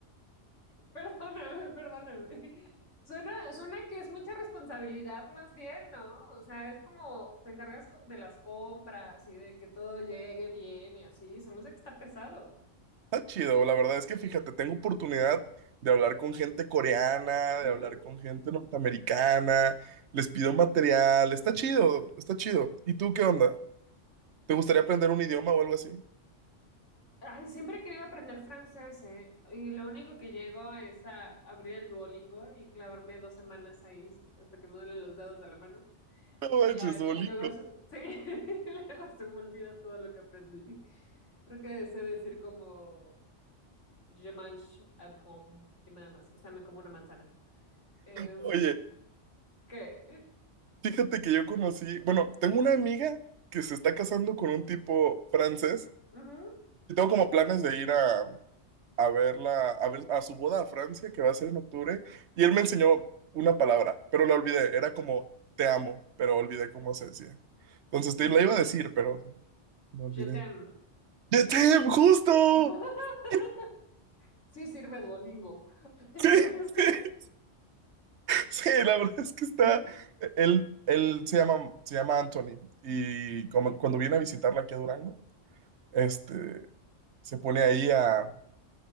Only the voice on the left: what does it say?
Perdóname, perdóname. Suena, suena que es mucha responsabilidad más bien, ¿no? O sea, es como te encargas con- de las compras y de que todo llegue bien y así. Se me hace que está pesado.
Mm.
Ay, siempre he querido aprender francés, ¿eh? Y lo único que llego es a abrir el Duolingo y clavarme dos semanas ahí hasta que me duelen los dedos de la mano.
Y
ya, luego,
se- sí, <laughs> luego se me olvida todo lo que aprendí. Creo que sé decir como je mange un pomme y nada más. O sea, me como una manzana. Eh,
¿qué? Eh,
ujú.
Je,
je t'aime.
<laughs>
Sí, sirve Duolingo. <laughs> ¿Ya
viste?
Mm,